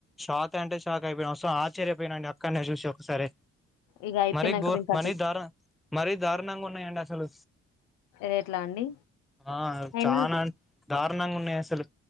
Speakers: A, in the centre; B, on the left.
A: షాక్ అంటే షాక్ అయిపోయ్ అస్ సొ ఆశ్చర్యపోయినండి అక్కడనే చూసి ఒకసారి
B: ఇగ అయిపెయినంకా
A: మరీ గో
B: <unintelligible>
A: మరీ దారుణ మరీ దారుణంగా ఉన్నాయండి అసలు
B: రేట్లా అండి
A: <unintelligible> ఆ
B: ఎన్-
A: చానా దారుణంగా ఉన్నాయి అసలు